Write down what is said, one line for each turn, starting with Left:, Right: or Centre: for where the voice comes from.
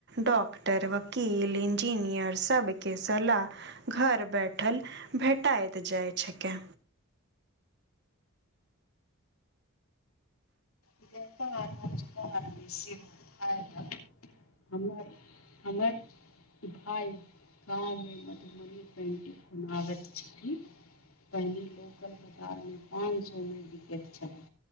Right: डॉक्टर, वकील, इंजीनियर सबके सलाह घर बैठल भेटाइत जाइ छिके।
Left: इक आरचिक आर बस आत <unintelligible> हमरा, हमरा। भाइ गाँवमे मधुबनी पेन्टिंग बनाबैत छथिन। पहिने लोकल बाजार मे पाँच सए मे बिकैत छलै